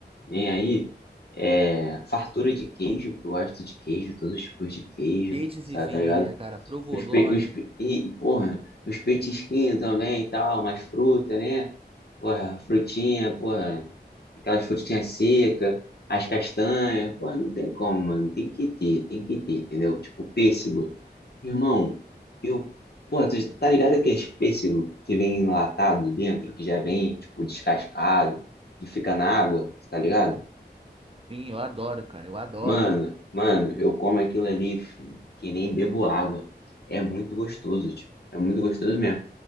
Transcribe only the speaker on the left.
nem aí, é fartura de queijo, que eu gosto de queijo, todos os tipos de queijo,
sabe,
tá ligado?
os pe... uns pe- E, porra, os petisquinhos também e tal, umas frutas, né? Porra, frutinha, porra, aquelas frutinhas secas, as castanhas, porra, não tem como, mano. Tem que ter, tem que ter, entendeu? Tipo, pêssego. Irmão, eu, porra, tu tá ligado aqueles pêssego que vem enlatado dentro, que já vem, tipo, descascado, que fica na água, tá ligado?
Mano, mano, eu como aquilo ali, filho, que nem bebo água. É muito gostoso, tipo, é muito gostoso mesmo.